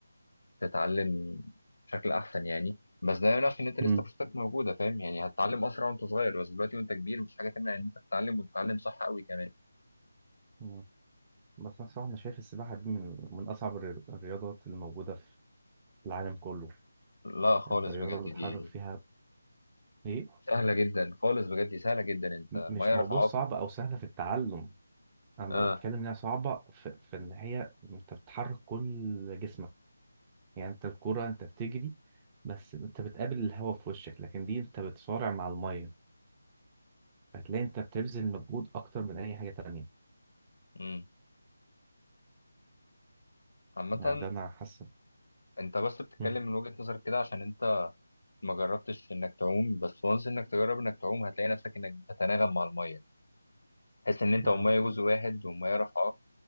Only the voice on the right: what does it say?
امم
مم. بس أنا صراحة أنا شايف السباحة دي من من أصعب الرياض- الرياضات اللي موجودة في العالم كله
أنت رياضة
بتحرك فيها إيه
م- مش
موضوع
صعب أو سهل في التعلم أنا
بتكلم إنها صعبة في, في إن هي أنت بتحرك كل جسمك يعني أنت الكرة أنت بتجري بس أنت بتقابل الهواء في وشك لكن دي أنت بتصارع مع المية هتلاقي أنت بتبذل مجهود أكتر من أي حاجة تانية
يعني ده انا حاسس
مم.
اه